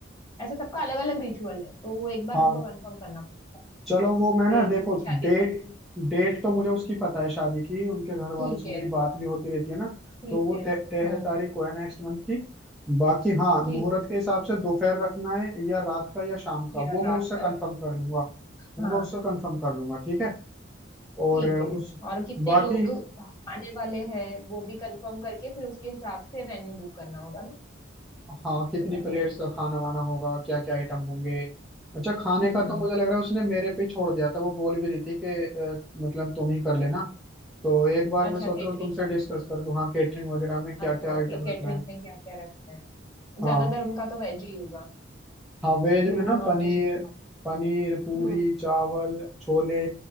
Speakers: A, on the left (about 20°); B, in the centre.
A: ऐसे सबका अलग अलग रिचुअल है तो वो एक बार
B: हाँ
A: हमको कंफर्म करना पड़ेगा
B: चलो वो मैं ना
A: कि
B: देखो
A: उनकी शादी
B: डेट
A: कब
B: डेट तो मुझे उसकी पता है शादी की उनके घर वालों
A: ठीक
B: से मेरी
A: है
B: बात भी होती रहती है ना
A: ठीक
B: तो वो
A: है
B: ते,
A: हम्म
B: तेरह तारीख को है नेक्स्ट मंथ की बाकी हाँ
A: ठीक
B: मुहूर्त
A: है
B: के हिसाब से दोपहर रखना है या रात का या शाम का
A: या
B: वो मैं
A: रात
B: उससे
A: का
B: कंफर्म
A: रख
B: कर लूंगा वो
A: हाँ
B: मैं उससे कंफर्म कर लूंगा ठीक है और
A: ठीक
B: उस
A: है और कितने
B: बाकी
A: लोग आने वाले हैं वो भी कंफर्म करके फिर उसके हिसाब से वेन्यू बुक करना होगा ना
B: हाँ कितनी
A: कि मतलब
B: प्लेट्स का खाना वाना होगा क्या क्या आइटम होंगे अच्छा खाने
A: हम्म
B: का तो मुझे लग रहा है उसने मेरे पे ही छोड़ दिया था वो बोल भी रही थी कि अ, मतलब तुम ही कर लेना तो एक बार मैं
A: अच्छा
B: सोच
A: कैटरिंग
B: रहा हूँ तुमसे
A: का
B: डिस्कस कर लूँ हाँ केटरिंग वगैरह में क्या
A: अच्छा
B: क्या आइटम
A: कि कैटरिंग
B: रखना है
A: में क्या क्या रखना है
B: हाँ
A: ज्यादातर उनका तो वेज ही होगा
B: हाँ वेज
A: क्योंकि वो
B: में ना
A: नॉन
B: पनीर
A: वेज नहीं खाते
B: पनीर पूरी
A: हम्म
B: चावल छोले